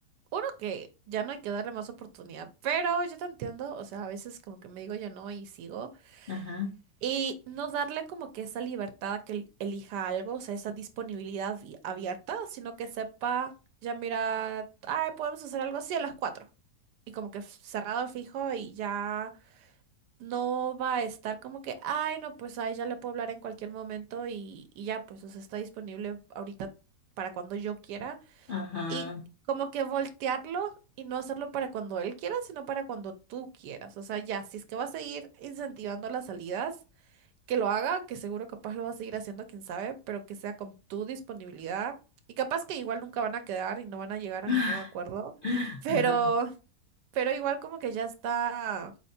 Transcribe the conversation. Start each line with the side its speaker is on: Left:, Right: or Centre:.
Right: uno que ya no hay que darle más oportunidad, pero yo te entiendo, o sea, a veces como que me digo yo no y sigo.
Left: Ajá,
Right: Y no darle como que esa libertad a que el- elija algo, o sea, esa disponibilidad vi- abierta, sino que sepa, ya mira, ay, podemos hacer algo así a las cuatro. Y como que f- cerrado fijo y ya no va a estar como que, ay, no, pues ay, ya le puedo hablar en cualquier momento y, y ya, pues, o sea, está disponible ahorita para cuando yo quiera.
Left: ajá,
Right: Y como que voltearlo y no hacerlo para cuando él quiera, sino para cuando tú quieras. O sea, ya, si es que va a seguir incentivando las salidas que lo haga, que seguro capaz lo va a seguir haciendo, quién sabe, pero que sea con tu disponibilidad. Y capaz que igual nunca van a quedar y no van a llegar a
Left: <laughs>
Right: ningún acuerdo, pero,
Left: ajá.
Right: pero igual como que ya está,